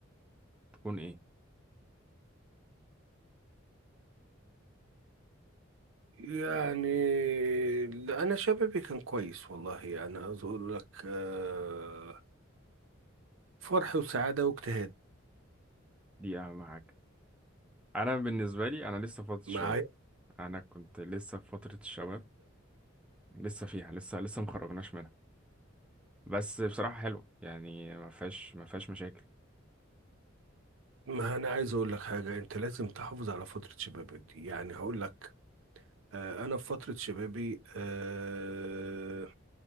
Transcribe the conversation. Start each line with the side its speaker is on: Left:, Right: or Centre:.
Centre: تكون ايه
Right: يعني لا، انا شبابي كان كويس والله يعني عايز اقول لك آه، فرح وسعاده واجتهاد
Centre: دي اهم حاجة انا بالنسبة لي انا لسه فاضي
Right: معايا
Centre: شباب انا كنت لسه في فترة الشباب لسه فيها لسه لسه مخرجناش منها بس بصراحة حلوة يعني ما فيهاش ما فيهاش مشاكل
Right: ما انا عايز اقول لك حاجه انت لازم تحافظ على فتره شبابك دي يعني هقول لك آه، انا في فتره شبابي آه،